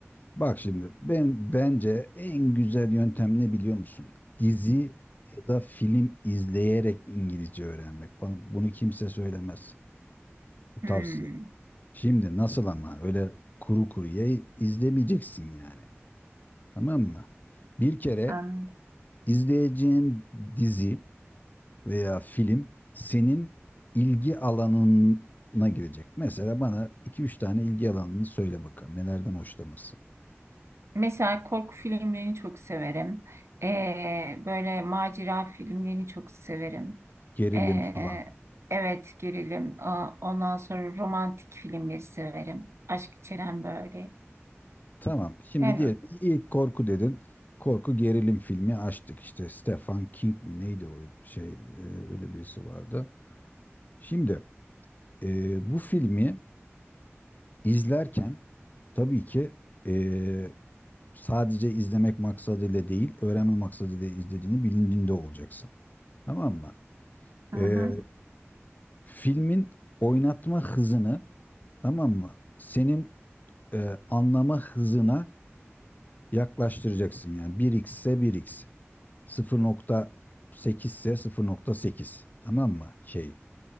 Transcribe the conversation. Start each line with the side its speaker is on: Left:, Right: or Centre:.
Left: Bak şimdi ben bence en güzel yöntem ne biliyor musun? Dizi ya da film izleyerek İngilizce öğrenmek. Bunu, bunu kimse söylemez. Bu tavsiye.
Right: hmm,
Left: Şimdi nasıl ama öyle kuru kuruya izlemeyeceksin yani. Tamam mı? Bir kere
Right: anladım.
Left: izleyeceğin dizi veya film senin ilgi alanına girecek. Mesela bana iki üç tane ilgi alanını söyle bakalım. Nelerden hoşlanırsın?
Right: Mesela korku filmlerini çok severim. E, böyle macera filmlerini çok severim.
Left: Gerilim
Right: E,
Left: falan.
Right: evet gerilim. Aa, ondan sonra romantik filmleri severim. Aşk içeren böyle.
Left: Tamam. Şimdi
Right: Yani,
Left: diyelim
Right: o-
Left: ilk korku dedin. Korku gerilim filmi açtık. İşte Stephen King mi neydi o şey e, öyle birisi vardı. Şimdi e, bu filmi izlerken tabii ki e, sadece izlemek maksadıyla değil, öğrenme maksadıyla izlediğini bilincinde olacaksın. Tamam mı?
Right: hı
Left: Ee,
Right: hı.
Left: filmin oynatma hızını, tamam mı? Senin e, anlama hızına yaklaştıracaksın. Yani 1x ise 1x, 0.8 ise 0.8. Tamam mı? Şey.